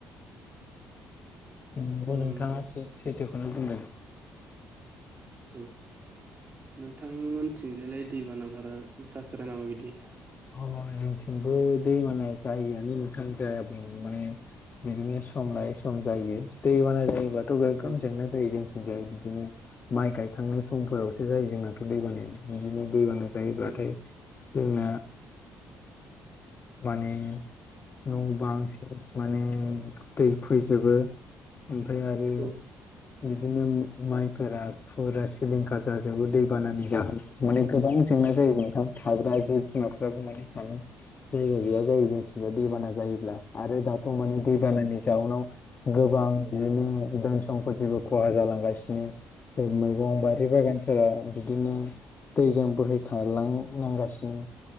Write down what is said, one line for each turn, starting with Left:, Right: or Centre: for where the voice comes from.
Left: नंगौ
Right: उम
Left: नोंथाङाै सैथोखौनो बुंदों
Right: औ नोंथांमोनथिंजायलाय दैबाना बारा जाफेरा नामा बिदि
Left: अ जोंथिंबो दैमाना जायआानो मोथां जायाब्ला माने बिदिनो सम लायै सम जायो दैबाना जायोब्लाथ' गोगोम
Right: औ
Left: जेंना जायो जों ज बिदिनो माइ गायखांनाय समफोरावसो जायो जोंनाथ' दैबान बिदिनो दैबा जायोब्लाथाय
Right: औ
Left: जोंना माने न' बांसिन माने दै फैजोबो ओमफ्राय आरो
Right: औ
Left: बिदिनो माइफोरा फुरा सिलिंखार जाजोबो दैबानानि जाहोनाव माने गोबां जेंना जायो नोंथां थाग्रा जिे बिमाफ्राबो माने थानो जायगा गैया जायो जोंथिं दैबाना जायोब्ला आरो दाथ' माने दैबानानि जाउनाव गोबां बिदिनो धोन सम्पतखौ खहा जालांगासिनो ज मैगं बारि बागान फोर बिदिनो दैजों बोहैखालांनांगासिनो